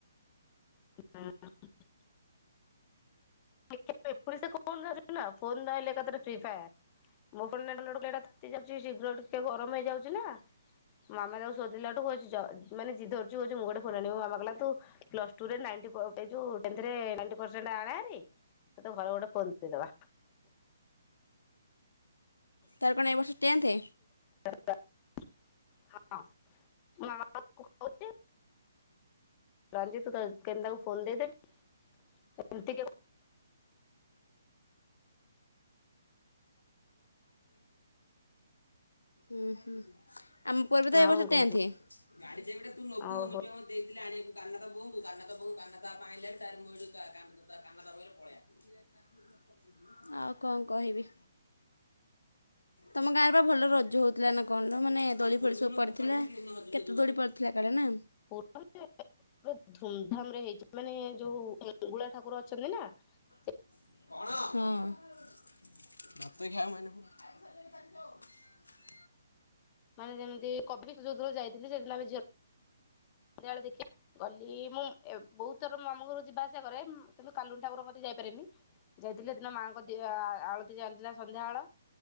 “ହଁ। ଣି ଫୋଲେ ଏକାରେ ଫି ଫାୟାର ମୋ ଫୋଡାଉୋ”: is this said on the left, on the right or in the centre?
Left